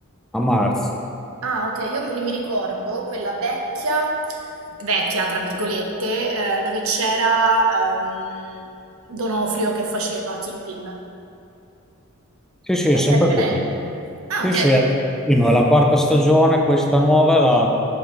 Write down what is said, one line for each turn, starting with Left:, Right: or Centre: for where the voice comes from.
Centre: A marzo.
Right: ah okay, io mi mi ricordo quella vecchia vecchia tra virgolette, ehm, dove c'era, ehm, D'Onofrio che faceva Kingpin.
Centre: Sì, sì,
Right: È
Centre: è sempre
Right: sempre
Centre: quella.
Right: lei? Ah
Centre: Sì,
Right: okay.
Centre: sì, è, sì, no, è la quarta stagione, questa nuova è, la-